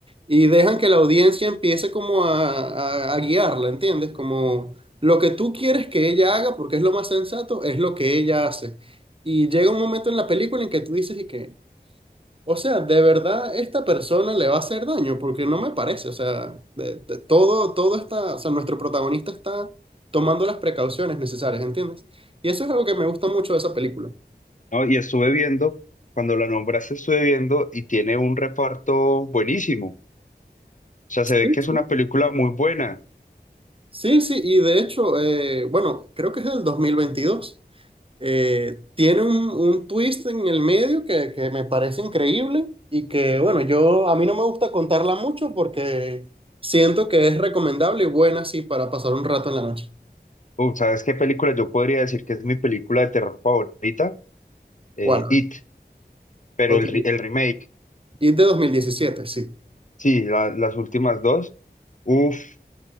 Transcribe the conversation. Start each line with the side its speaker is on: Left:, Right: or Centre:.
Right: y dejan que la audiencia empiece como a, a- a guiarla, ¿entiendes? Como lo que tú quieres que ella haga, porque es lo más sensato, es lo que ella hace. Y llega un momento en la película en que tú dices y que, o sea, de verdad esta persona le va a hacer daño, porque no me parece, o sea, de- de- todo, todo está, o sea, nuestro protagonista está tomando las precauciones necesarias, ¿entiendes? Y eso es algo que me gusta mucho de esa película.
Left: ¿no? Y estuve viendo, cuando la nombraste estuve viendo y tiene un reparto buenísimo. O sea,
Right: Sí,
Left: se ve que es
Right: sí.
Left: una película muy buena
Right: Sí, sí, y de hecho, eh, bueno, creo que es del 2022. Eh, tiene un, un twist en el medio que, que me parece increíble y que, bueno, yo a mí no me gusta contarla mucho porque siento que es recomendable y buena, sí, para pasar un rato en la noche.
Left: Uf, ¿sabes qué película? Yo podría decir que es mi película de terror favorita, eh,
Right: ¿Cuál?
Left: It, pero
Right: Ok,
Left: el, re- el remake,
Right: Y de 2017 sí.
Left: sí, la- las últimas dos. Uf,